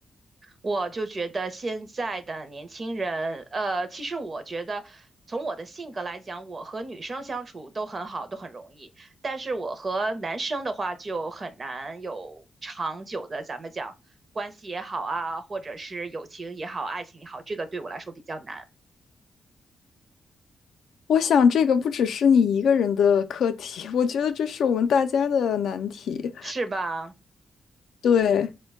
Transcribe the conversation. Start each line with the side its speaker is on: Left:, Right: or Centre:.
Right: 我就觉得现在的年轻人，呃，其实我觉得从我的性格来讲，我和女生相处都很好，都很容易，但是我和男生的话就很难有长久的，咱们讲关系也好啊，或者是友情也好，爱情也好，这个对我来说比较难，
Left: 我想这个不只是你一个人的课题，我觉得这是我们大家的难题。
Right: 是吧？
Left: 对，